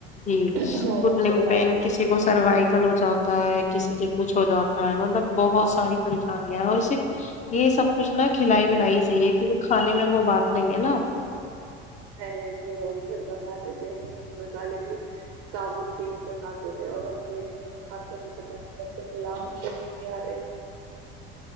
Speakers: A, on the left (about 25°); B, on the right (about 70°).
A: جی
B: ہے اور
A: پم
B: سروائکل
A: پین کسی کو سروائیکل ہو جاتا ہو ہے کسی کے کچھ ہو جاتا ہے مطلب بہت ساری پریشانیاں ہیں اور صرف یہ سب کچھ نا کھلائی ولائی سےحی ہے کیونکہ کھانے میں وہ بات نہیں ہے نا
B: پہلے تو لوگ گھر کا کھاتے تھے مرچ مسالے بھی ثابوت پیس کے کھاتے تھے اور املیٹ یٹ کھاتے ہیں پتسے لام کیا نہیں بھی یار